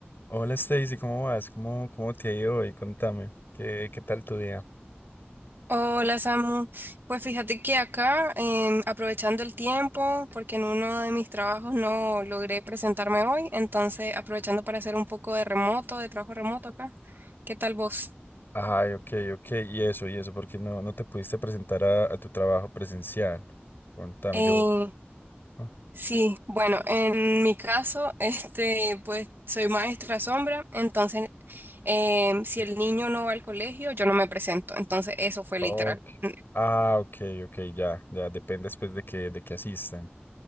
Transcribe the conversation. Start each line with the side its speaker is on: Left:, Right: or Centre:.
Left: Hola Stacy, ¿cómo vas? ¿Cómo, cómo te ha ido hoy? Contame, ¿qué, qué tal tu día?
Right: Hola Samu, pues fíjate que acá, em, aprovechando el tiempo, porque en uno de mis trabajos no logré presentarme hoy, entonces aprovechando para hacer un poco de remoto, de trabajo remoto acá. ¿Qué tal vos?
Left: Ay, ok, ok, y eso, y eso, porque no, no te pudiste presentar a, a tu trabajo presencial. Contame,
Right: Eh,
Left: yo. Ah,
Right: sí, bueno, en mi caso, <laughs> este, pues soy maestra sombra, entonces em,
Left: Ok.
Right: si el niño no va al colegio, yo no me presento, entonces eso fue
Left: Ok.
Right: literal. <laughs>
Left: Ah, ok, ok, ya, ya, depende después de que, de que asistan.